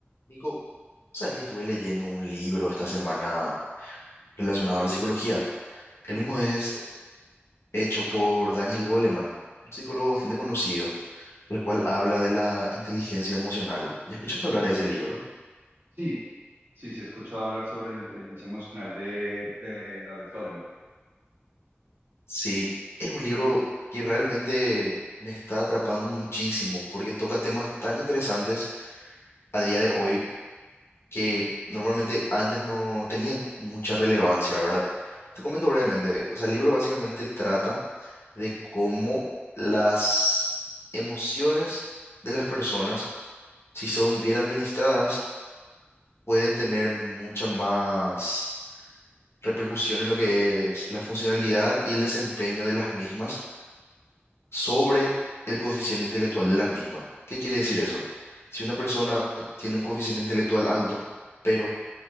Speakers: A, on the left; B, on the right.
A: Nico, ¿sabes que estuve leyendo un libro esta semana relacionado a la psicología? El mismo es hecho por Daniel Goleman, un psicólogo bastante conocido, el cual habla de la inteligencia emocional. ¿Y escuchaste hablar de ese libro?
B: Sí, sí, sí, he escuchado hablar sobre la inteligencia emocional de, de David Goleman.
A: Sí, es un libro que realmente me está atrapando muchísimo porque toca temas tan interesantes a día de hoy que normalmente antes no tenían mucha relevancia, ¿verdad? Te comento brevemente, o sea, el libro básicamente trata de cómo las emociones de las personas, si son bien administradas, pueden tener mucha más repercusión en lo que es la funcionalidad y el desempeño de las mismas sobre el coeficiente intelectual de las mismas. ¿Qué quiere decir eso? Si una persona tiene un coeficiente intelectual alto, pero